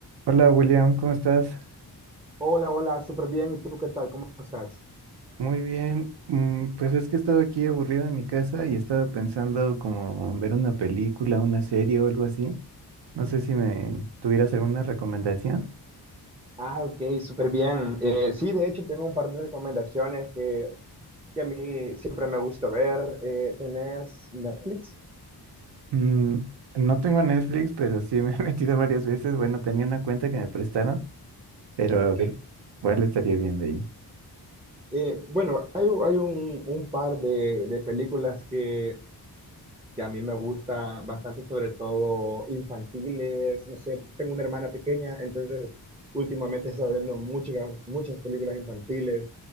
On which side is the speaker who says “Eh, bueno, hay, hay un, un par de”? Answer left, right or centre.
Right